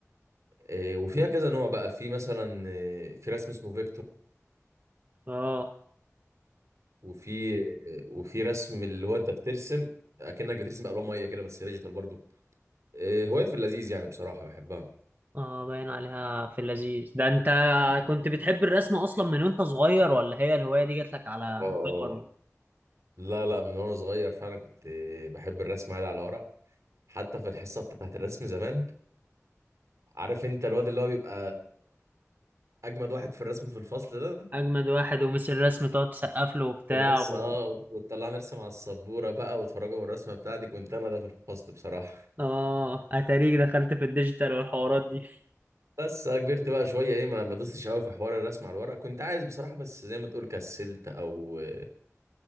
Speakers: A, on the right; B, on the right.
A: آه، وفيها كذا نوع بقى في مثلا آه، في رسم اسمه فيكتور
B: اه
A: وفي وفي رسم اللي هو انت بترسم اكنك بترسم بالوان ميه كده بس ديجيتال برضو إيه، هوايه في اللذيذ يعني بصراحه بحبها
B: اه باين عليها في اللذيذ ده انت كنت بتحب الرسم اصلا من وانت صغير ولا هي الهواية دي جات لك على
A: اه اه
B: كبر
A: لا لا من وانا صغير فعلا كنت آه، بحب الرسم عادي على ورق حتى في الحصه بتاعت الرسم زمان عارف انت الواد اللي هو بيبقى اجمد واحد في الرسم في الفصل ده
B: اجمد واحد ومسي الرسم تقعد تسقف له وبتاع
A: والمس
B: و...
A: اه وتطلعنا نرسم على السبوره بقى وتفرجوا من الرسمه بتاعتي كنت انا ده في الفصل بصراحه
B: اه اتاريك دخلت في الديجيتال والحوارات دي
A: بس آه، كبرت بقى شويه ايه ما ما دوستش قوي في حوار الرسم على الورق كنت عايز بصراحه بس زي ما تقول كسلت او آه،